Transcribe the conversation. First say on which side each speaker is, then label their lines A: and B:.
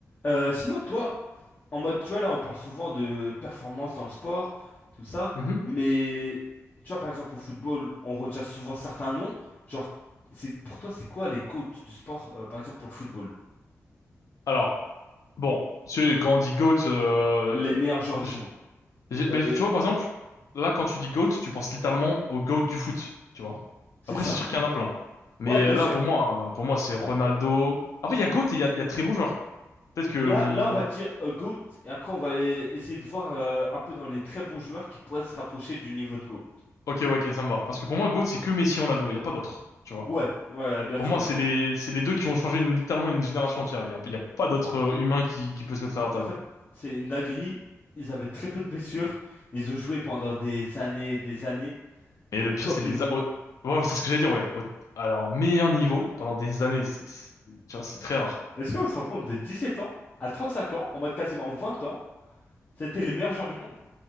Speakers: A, on the left; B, on the left.
A: Euh, sinon, toi, en mode, tu vois, là, on parle souvent de performance dans le sport, tout ça,
B: Mhm.
A: mais tu vois, par exemple, au football, on retient souvent certains noms. Genre, c'est pour toi, c'est quoi les GOAT du sport, euh, par exemple, pour le football?
B: Alors, bon, tu, quand on dit GOAT, euh,
A: Les meilleurs joueurs du
B: j-
A: monde.
B: j'ai- mais tu
A: Euh,
B: vois, par exemple, là, quand tu dis GOAT, tu penses littéralement au GOAT du foot, tu vois.
A: c'est
B: Après,
A: ça.
B: c'est sûr qu'il y en a plein. Mais
A: Ouais, bien
B: euh, là,
A: sûr.
B: pour moi, euh, pour moi, c'est Ronaldo. Après, il y a GOAT et il y a, il y a très bons joueurs. Peut-être que
A: Là,
B: mon...
A: là, on va dire euh, GOAT, et après, on va e- essayer de voir euh, un peu dans les très bons joueurs qui pourraient se rapprocher du niveau de GOAT.
B: Ok, ouais, ok, ça me va. Parce que pour moi, GOAT, c'est que Messi Ronaldo, il n'y a pas d'autres, tu vois.
A: Ouais, ouais, bien
B: Pour
A: sûr,
B: moi,
A: bien
B: c'est
A: sûr.
B: les, c'est les deux qui ont changé une- littéralement une génération entière. Il n'y a, il y a pas d'autres euh, humain qui, qui peut se mettre à leur table.
A: En fait, c'est une dinguerie. Ils avaient très peu de blessures. Ils ont joué pendant des années et des années
B: mais
A: au
B: le pire,
A: top
B: c'est les...
A: niveau.
B: a- au- Ouais, c'est ce que j'allais dire, ouais. Au- Alors, meilleur niveau pendant des années, c'est- c'est- tu vois, c'est très rare.
A: Est-ce qu'on se rend compte de 17 ans à 35 ans, en mode quasiment 20 ans, c'était les meilleurs joueurs du monde?